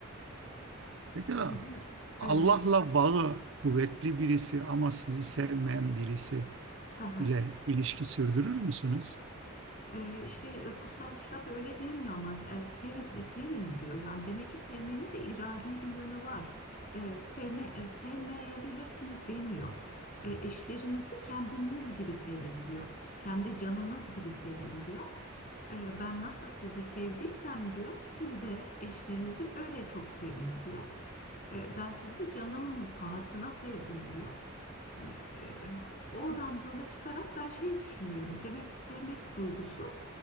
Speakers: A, on the right (about 65°); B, on the left (about 45°).
A: Pekala.
B: Sizin
A: Allah'la
B: e,
A: bağı kuvvetli birisi ama sizi sevmeyen birisi
B: ha ha,
A: ile ilişki sürdürür müsünüz?
B: e, işte e, kutsal kitap öyle demiyor ama e, sevin, e, sevin diyor. Yani demek ki sevmenin de iradi bir yönü var. E, sevme, e, sevmeyebilirsiniz demiyor. E, eşlerinizi kendiniz gibi sevin diyor. Kendi canınız gibi sevin diyor. Ee, Ben nasıl sizi sevdiysem diyor, siz de eşlerinizi öyle çok sevin diyor. Ee, Ben sizi canım pahasına sevdim diyor. Ee, Oradan yola çıkarak ben şey düşünüyorum. Demek ki sevmek duygusu